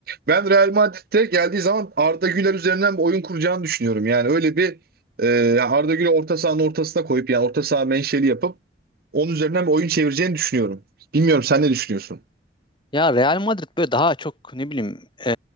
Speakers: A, on the right; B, on the left.
A: Ben Real Madrid'de geldiği zaman Arda Güler üzerinden bir oyun kuracağını düşünüyorum. Yani öyle bir e, Arda Güler orta sahanın ortasına koyup yani orta saha menşeli yapıp onun üzerinden bir oyun çevireceğini düşünüyorum. Bilmiyorum sen ne düşünüyorsun?
B: Ya Real Madrid böyle daha çok ne bileyim e,